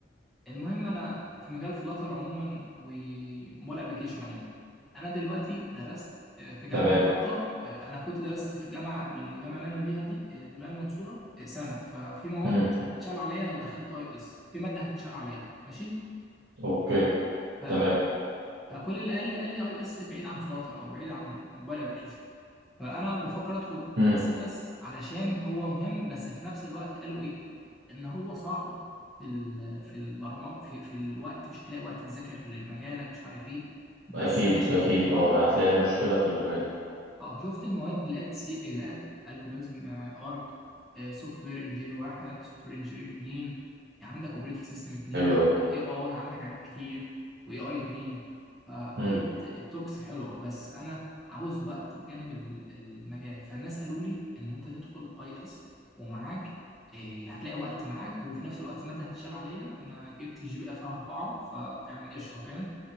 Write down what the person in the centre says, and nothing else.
المهم انا في مجال فلاتر عموما وموبايل ابلكيشن عموما انا دلوقتي درست آه، في جامعه
طنطا آه، انا كنت درست في جامعه قبل الجامعه اللي انا فيها دي آه، اللي هي المنصوره آه، سنه ففي مواد
هتشال عليا لو دخلت اي اس في ماده هتشال عليا ماشي
ف... ف...
فكل اللي قال لي قال لي اي اس بعيد عن فلاتر او بعيد عن موبايل ابلكيشن فانا بفكر ادخل
سي اس علشان هو مهم بس في نفس الوقت قالوا ايه ان هو صعب في ال- في البرمج في, في الوقت مش هتلاقي وقت تذاكر لمجالك مش عارف ايه بس
انا شفت
المواد
اه شفت المواد لقيت سي لقيت الجوريزم ارك سوفت وير انجينير واحد سوفت وير انجينير اتنين عندك اوبريتنج سيستم اتنين
عندك
اي اي عندك حاجات كتير واي اي اتنين فلقيت
التوبكس حلوه بس انا عاوز وقت بجانب ال- المجال فالناس قالوا لي ان انت تدخل اي اس ومعاك آه، هتلاقي وقت معاك وفي نفس الوقت الماده هتشال عليا انا جبت الجي بي إيه فيها اربعه فيعني قشطه فاهم